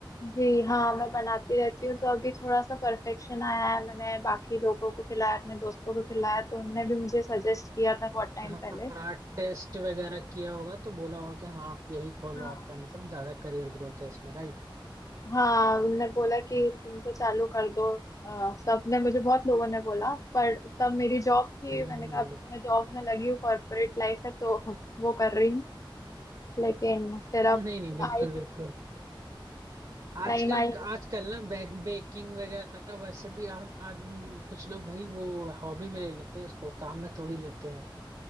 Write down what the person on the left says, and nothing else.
जी हाँ मैं बनाती रहती हूँ तो अभी थोड़ा सा परफेक्शन आया है मैंने बाकी लोगों को खिलाया अपने दोस्तों को खिलाया तो उनने भी मुझे सजेस्ट किया था बहुत टाइम
पहले
हाँ
हाँ उनने बोला कि तुम तो चालू कर दो अ, सबने मुझे बहुत लोगों ने बोला पर तब मेरी जॉब थी
मैंने कहा
अभी तो मैं जॉब में लगी हूँ कॉर्पोरेट लाइफ है तो वो कर रही हूँ लेकिन फिर अब
आई
टाइम
आई